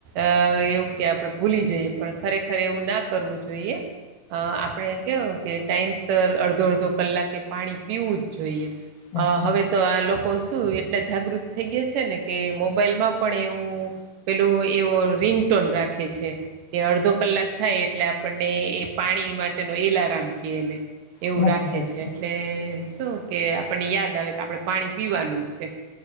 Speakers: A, on the right; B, on the left.
A: અ એવું કે ભૂલી જઈએ પણ ખરેખર એવું ન કરવું જોઈએ. અ આપણે કેવું કે ટાઈમ સર અડધો અડધો કલાક કે પાણી પીવું જોઈએ
B: હા
A: હવે આ લોકો શું એટલા થઈ ગયા છે ને કે માં પણ એવું પેલું એવો રિંગ ટોન રાખે છે. કે અડધો કલાક થાય એટલે આપણને એ પાણી માટેનો એલારમ કને એવું
B: સાચી
A: રાખે
B: વાત
A: છે એટલે શું કે આપણને યાદ આવે કે આપણે પાણી પીવાનું છે.